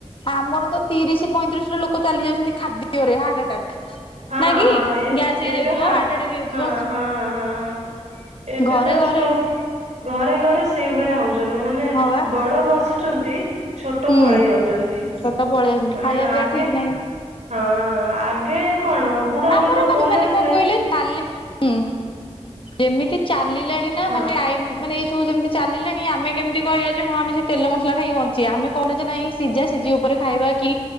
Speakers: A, on the left (about 50°); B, on the right (about 85°).
A: ଆମର ତ ତିରିଶ ପଇଁତିରିଶ ର ଲୋକ ଚାଲି ଯାଉଛନ୍ତି ଖାଦ୍ୟରେ ହାର୍ଟ ଆଟାକ୍।
B: ହଁ,
A: ନା କି?
B: ହଁ ଏ
A: ଗ୍ୟାସ ହେଇଯାଉଥିବ
B: ଏବେ ହାର୍ଟ
A: ଆଟାକ୍ ହେଇଯାଉଥିବ
B: ହଁ, ହଁ, ହଁ। ଏବେ
A: ଘରେ
B: ତ
A: ଘରେ
B: ଷ୍ଟକ୍ ଘରେ ଘରେ ସେଇଭଳିଆ ହଉଛନ୍ତି। ମାନେ
A: ହଁ ବା
B: ବଡ ବସୁଛନ୍ତି ଛୋଟ
A: ହୁଁ
B: ପଳେଇ ଯାଉଛନ୍ତି।
A: ଛୋଟ ପଳେଇ ଆସଛନ୍ତି
B: ମାନେ
A: ଖାଇବା ପିଇବା
B: ଆଗେ
A: ଠିକ ନାହିଁ।
B: ହଁ, ଆଗେ କଣ? ବୁଢା
A: ଆମର
B: ଲୋକ
A: ମାନେ-ମାନେ
B: ହଉ ଯାଉଥିଲେ
A: କଣ କହିଲେ? ତାଲି, ହୁଁ ଯେମିତି ଚାଲିଲା ଣି,
B: ହଁ
A: ମାନେ ଟାଇମ୍ ମାନେ ଏଇସବୁ ଯେମିତି ଚାଲଣି ଆମ କେମତିହିବା ଯେ ହଁ ଆମେ ସେ ତେଲ ମସଲା ଖାଇକି ବଞ୍ଚିବା। ଆମେ କଲେଜ୍ ନାଇଁ ସିଝା ସିଝି ଉପରେ ଖାଇବା କି,